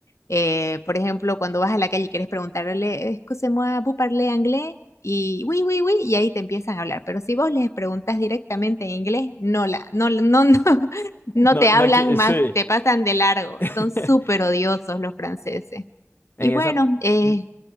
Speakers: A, on the left; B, on the left.
A: Eh, por ejemplo, cuando vas a la calle y quieres preguntarle, excusez-moi, ¿vous parlez anglais? Y oui, oui, oui, y ahí te empiezan a hablar. Pero si vos les preguntas directamente en inglés, no, la, no, no, no, <laughs> no
B: No,
A: te hablan
B: no, qui-
A: más,
B: sí.
A: te pasan de largo.
B: <laughs>
A: Son súper odiosos los franceses.
B: En
A: Y
B: esa,
A: bueno, eh,
B: mm,